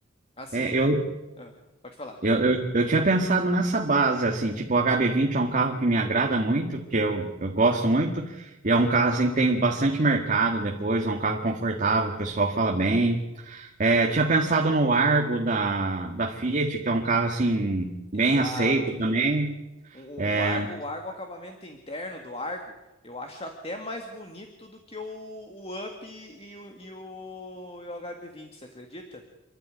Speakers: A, on the left; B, on the right.
A: Assim,
B: é, eu,
A: ah, pode falar.
B: Eu, eu, eu tinha pensado nessa base, assim, tipo, o hb vinte é um carro que me agrada muito, porque eu, eu gosto muito, e é um carro, assim, que tem bastante mercado depois, é um carro confortável, o pessoal fala bem. É, tinha pensado no Argo da, da Fiat, que é um carro, assim,
A: Hum,
B: bem
A: Exato.
B: aceito também.
A: O,
B: É,
A: o Argo, o Argo, o acabamento interno do Argo, eu acho até mais bonito do que o, o Up e o, e o, e o HB20, você acredita?